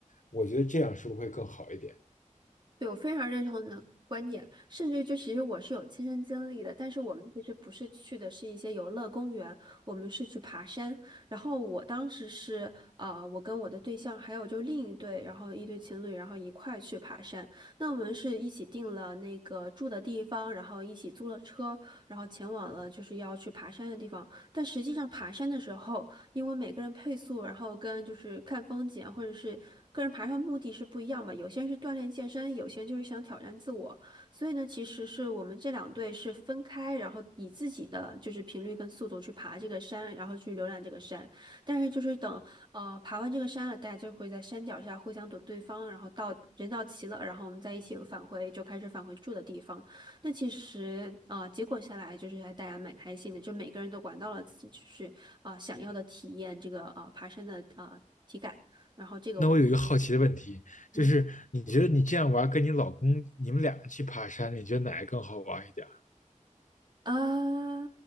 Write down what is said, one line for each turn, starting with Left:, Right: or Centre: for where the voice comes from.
Left: 我觉得这样是不是会更好一点？
Right: 对，我非常认同你的观点，甚至就其实我是有亲身经历的，但是我们其实不是去的是一些游乐公园，我们是去爬山。然后我当时是啊，我跟我的对象还有就另一对，然后一对情侣，然后一块去爬山。那我们是一起订了那个住的地方，然后一起租了车，然后前往了就是要去爬山的地方。但实际上爬山的时候，因为每个人配速，然后跟就是看风景啊或者是个人爬山目的是不一样嘛。有些人是锻炼健身，有些人就是想挑战自我。所以呢，其实是我们这两队是分开，然后以自己的就是频率跟速度去爬这个山，然后去浏览这个山。但是就是等呃爬完这个山了，大家就会在山脚下互相躲对方，然后到人到齐了，然后我们再一起返回，就开始返回住的地方。那其实啊、呃结果下来就是还大家蛮开心的，就每个人都管到了自己就是啊、呃想要的体验，这个啊、呃爬山的啊、呃体感。然后这个我，
Left: 那我有一个好奇的问题，
Right: 嗯
Left: 就是你觉得你这样玩，跟你老公你们俩去爬山，你觉得哪个更好玩一点？
Right: 啊，